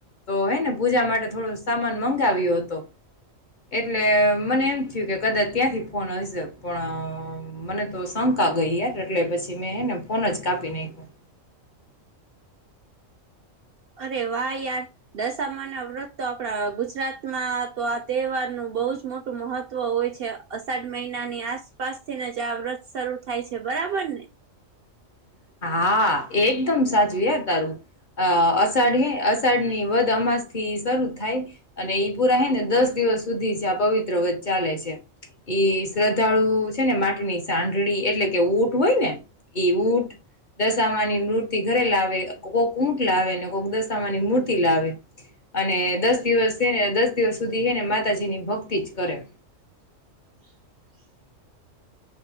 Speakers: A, on the left; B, on the right.
A: તો હે ને પૂજા માટે થોડો સામાન મંગાવ્યો હતો એટલે મને એમ થયું કે કદાચ ત્યાંથી ફોન હશે પણ મને તો સમ કા ગઈ યાર એટલે પછી મેને ફોન જ કાપી નાખયો
B: અરે વાહ યાર દશામા ના વ્રત તો આપડા ગુજરાતમાં તો આ તહેવારનું બો જ મોટું મહત્વ હોય છે અષાઢ મહિનાની આસપાસ થીને જ આ વ્રત શરૂુ થાય છે બ બરાબર ને
A: <inaudible> હા એકદમ સાચુ હે તારું અ અષાઢ હે અષાઢ ની વધ અમાસ થી શરૂ થાય અને ઈ પૂરા હે ને દસ દિ દિવસ સુધી છે આ પવિત્ર વ્રત ચાલે છે ઈ શ્રદ્ધાળુ છે ને માટીની સાઢળી એટલે કે ઊંટ હોય ને ઈ ઊટ દશામાંની મૂર્તિ ઘરે લાવે કોક ઊટ લાવે ને કોક દશામાની મૂર્તિ લાવે અને દસ દિવસ છે ને દસ દિવસ સુધી હે ને માતાજીની ભક્તિ જ કરે
B: <inaudible>